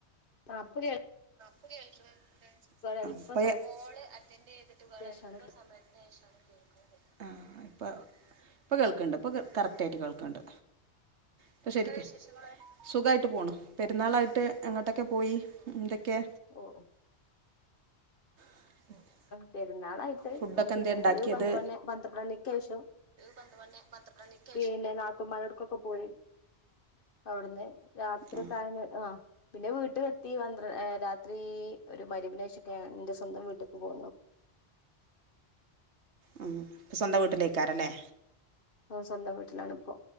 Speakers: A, on the left (about 55°); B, on the right (about 85°).
A: അപ്പൊ കേൾക്ക
B: പ്പ കേൾക്ണ് ണ്ട്
A: അല്പ
B: കൊള്
A: സമയത്തിന്
B: അറ്റൻഡയ്തിട്ട് വേറെ
A: ശേഷാണ്
B: അൽപ്പ സമയത്തിന് ശേഷം ആഹ് ഇപ്പ പ്പ കേൾക്ണ്ട് ഇപ്പ കറക്റ്റായിട്ട് കേൾക്ണ്ട് ഇപ്പ ശരിക് സുഖായിട്ട് പോണ് പെരുന്നാളായിട്ട് എങ്ങട്ടൊക്കെ പോയി ഇന്തൊക്കെ
A: ഓഹ് ഓഹ്
B: <inaudible>
A: പെര്ന്നാളായിട്ട്
B: ഫുഡൊക്കെ
A: പിന്നെ
B: എന്തേ ഉണ്ടാക്കിയത്
A: ഒരു പന്ത് മണി പന്ത്രണ്ടണിക്ക് ശ്യം
B: പന്ത് മണി പന്ത്രണ്ടണിക്ക്‌
A: പിന്നെ നാത്തുമാരോടക്കൊക്കെ പോയി അവിട്ന്ന് രാത്രി
B: ആ
A: ത്തായംക ആ പിന്നെ വീട്ട്ലെത്തി പന്ത്ര ഏ രാ ത്രി ഒര് മരിമ്പിനേശൊക്കെയാ ഇന്റെ സ്വന്തം വീട്ട്ക്ക് പോകും
B: ഉം സ്വന്തം വീട്ടിലേക്കാരല്ലേ
A: ഓഹ് സ്വന്തം വീട്ടിലാണിപ്പോ